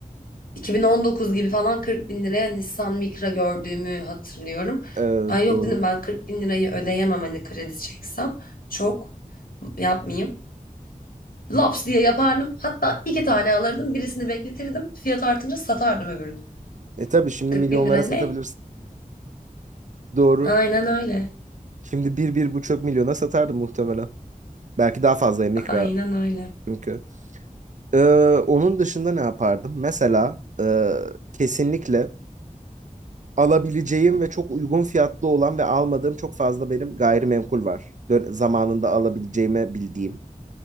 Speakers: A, on the left (about 80°); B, on the right (about 55°).
A: 2019 gibi falan 40 bin liraya Nissan Micra gördüğümü hatırlıyorum.
B: Ee,
A: Ay yok
B: doğru.
A: dedim ben 40 bin lirayı ödeyemem hani kredi çeksem. Çok yapmayayım. Laps diye yapardım. Hatta iki tane alırdım. Birisini bekletirdim. Fiyat artınca satardım öbürünü.
B: E tabii şimdi
A: 40
B: milyonlara
A: bin lira ne?
B: satabilirsin. Doğru.
A: Aynen öyle.
B: Şimdi bir, bir buçuk milyona satardım muhtemelen. Belki daha fazla mikra
A: Aynen öyle.
B: çünkü. Ee, onun dışında ne yapardım? Mesela e, kesinlikle alabileceğim ve çok uygun fiyatlı olan ve almadığım çok fazla benim gayrimenkul var. Dön- zamanında alabileceğimi bildiğim.